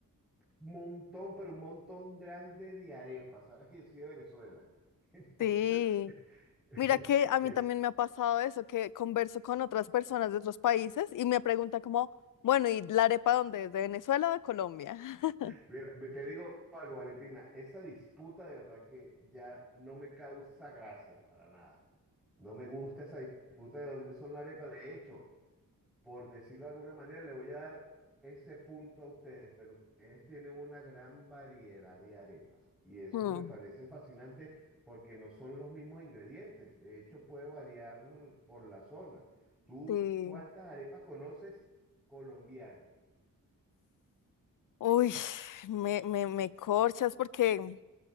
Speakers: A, in the centre; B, on the left.
A: montón, pero un montón grande de arepas Sabes que yo soy de Venezuela. <laughs> Entonces,
B: Sí,
A: <laughs>
B: mira que a mí
A: es,
B: también me ha pasado eso, que converso con otras personas de otros países y me pregunta como, bueno, ¿y la arepa dónde es? ¿De Venezuela o de Colombia? <laughs>
A: mira, me- te digo algo, Valentina, esa disputa de verdad que ya no me causa gracia para nada. No me gusta esa disputa de dónde son las arepas De hecho, por decirlo de alguna manera, le voy a dar ese punto a ustedes, pero ustedes tienen una gran variedad de arepas. Y eso
B: Mm,
A: me parece fascinante porque no son los mismos ingredientes. De hecho, puede variar por la zona. ¿Tú
B: sí.
A: cuántas arepas conoces colombianas?
B: Uy, me, me, me corchas porque